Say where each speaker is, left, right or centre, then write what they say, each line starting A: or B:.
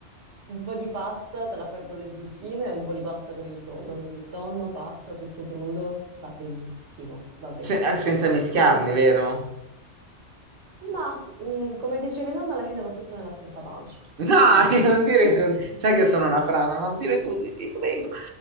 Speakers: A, on the right; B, on the right.
A: Un po' di pasta te la fai con le zucchine e un po' di pasta con il tonno, che se il tonno, pasta tutto crudo, va benissimo, va benissimo.
B: Se- eh, senza mischiarli,
A: Tanto,
B: vero?
A: ma mm, come dice mia nonna, alla fine va tutto nella stessa pancia.
B: Dai,
A: Quindi,
B: non dire
A: <laughs>
B: così. Sai che sono una frana, non dire così, ti prego.